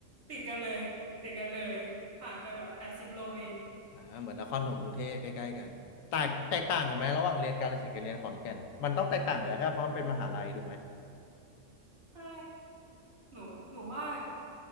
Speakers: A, on the right; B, on the left.
A: ติดกันเลยติดกันเลยห่างกันแบบแปดสิบโลเอง
B: อ่าเหมือนนครถมกรุงเทพใกล้ๆกันแตกแตกต่างกันไหมระหว่างเรียนกาฬสินธุ์กับเรียนขอนแก่นมันต้องแตกต่างแหล้วใช่ปะเพราะมันเป็นมหาลัยถูกไหม
A: ใช่หนูหนูว่า